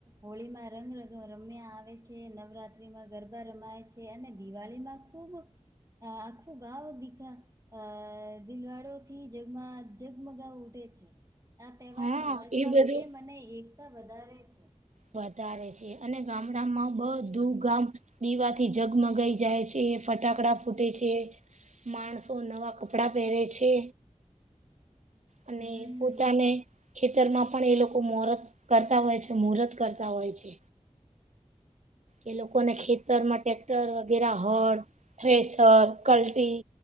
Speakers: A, on the right; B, on the right.
A: હોળીમાં રંગ રમ્યા આવે છે નવરાત્રીમાં ગરબા રમાય છે. છે, અને દિવાળીમાં ખુબ આખું ગાવ દીખા અ દિલવાડો થી જગમાં જગમગાવ ઉઠે છે આ તહેવાર
B: હા
A: સમાજમાં
B: એ બધું
A: પ્રેમ અને એકતા વધારે છે
B: વધારે છે અને ગામડામાં બધું ગામ દીવા થી જગમગાઈ જાય છે ફટાકડા ફૂટે છે માણસો નવા કપડા પહેરે છે અને
A: હમ
B: પોતાને ખેતરમાં પણ એ લોકો મુરત કરતા હોય છે મુહૂર્ત કરતા હોય છે એ લોકોને ખેત તરમાં ટટેક્ટર વગેરે હળ ફસર કલટી